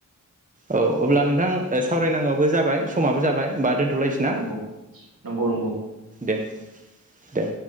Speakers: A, on the right (about 25°); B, on the right (about 75°).
A: औ अब्ला नोंथां सावरायनांगौबो जाबाय समाबो जाबाय होमबा दोन थ'लायनोसै ना
B: नंगौ नंगौ नंगौ
A: दे दे